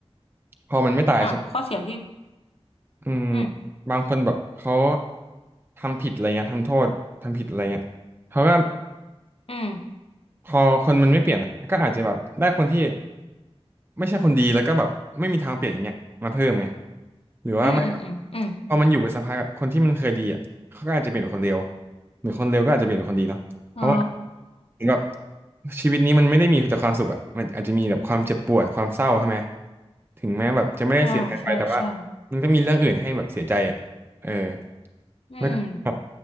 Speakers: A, on the right; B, on the left.
A: พอมันไม่ตายใช่ปะ
B: อ่ะข้อเสียที่
A: อืม
B: อืม
A: บางคนแบบเขาทำผิดอะไรเงี้ยทำโทษทำผิดอะไรเงี้ยเขาก็
B: อืม
A: พอคนมันไม่เปลี่ยนอะก็อาจจะแบบได้คนที่ไม่ใช่คนดีแล้วก็แบบไม่มีทางเปลี่ยนอย่างเงี้ยมาเพิ่มไงหรือว่าไม่แบบ
B: อืมอืมอืมอืม
A: พอมันอยู่ไปสักพักอะคนที่มันเคยดีอ่ะเขาก็อาจจะเปลี่ยนเป็นคนเลวหรือคนเลวก็อาจจะเปลี่ยนเป็นคนดีเนาะเพราะว่า
B: อ๋อ
A: แบบชีวิตนี้มันไม่ได้มีแต่ความสุขอะมันอาจจะมีแบบความเจ็บปวดความเศร้าใช่ไหมถึงแม้แบบจะไม่ได้เสียหายไปแต่ว่า
B: อ่าใช่ใช่
A: มันก็มีเรื่องอื่นให้แบบเสียใจอะเออ
B: อืม
A: แล้วก็แบบ